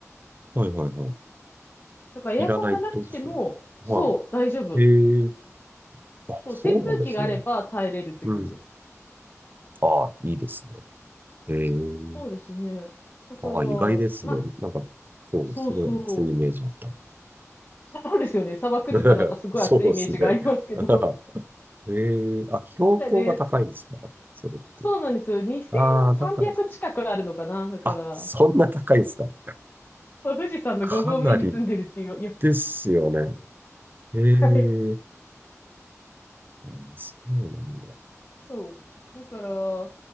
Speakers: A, on the right (about 40°); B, on the left (about 40°).
A: はいはいはい。
B: だからエアコンがなくても、
A: いらないってことですよね。
B: そう、
A: は
B: 大丈夫。
A: い。ええあ、
B: そう、
A: そうなんですね。
B: 扇風機があれば耐えれるって感じです。
A: うん。ああ、いいですね。ええ
B: そうですね。だから、
A: ああ、意外ですね。
B: まあ、
A: なんか、そう、
B: そうそう。
A: すごい熱いイメージあったん
B: そうですよね。砂漠とかなんかすごい暑いイメージがありますけど。
A: で。<laughs> そうですね。<laughs> ええあ、標高が高いんですかそれって。
B: だね、そう、そうなんですよ。2300近くあるのかな。
A: ああ、だから、
B: だから、
A: あ、そんな高いんですか
B: そう富士山の5合目に住んでるっていう、
A: <laughs> かなり
B: よ、
A: ですよね。ええ
B: はい。
A: あそうなんだ。
B: そう。だから、